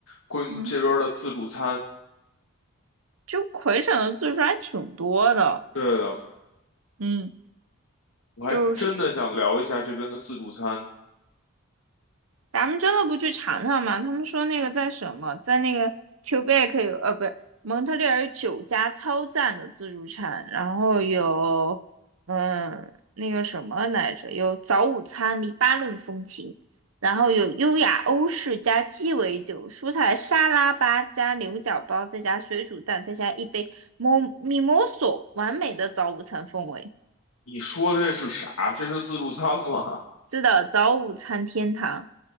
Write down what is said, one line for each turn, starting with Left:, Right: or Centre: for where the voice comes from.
Left: 关于这边儿的自助餐。
Right: 嗯，就魁省的自助还挺多的，
Left: 对的，
Right: 嗯，
Left: 我还真的想聊一下这边的自助餐。
Right: 就是。咱们真的不去尝尝吗？他们说那个在什么，在那个 Quebec 有，呃，不是蒙特利尔有九家超赞的自助餐，然后有，嗯，那个什么来着，有早午餐黎巴嫩风情，然后有优雅欧式加鸡尾酒、蔬菜沙拉吧加牛角包，再加水煮蛋，再加一杯 mo mimoso，完美的早午餐氛围。
Left: 你说的这是啥？这是自助餐吗
Right: 是的，早午餐天堂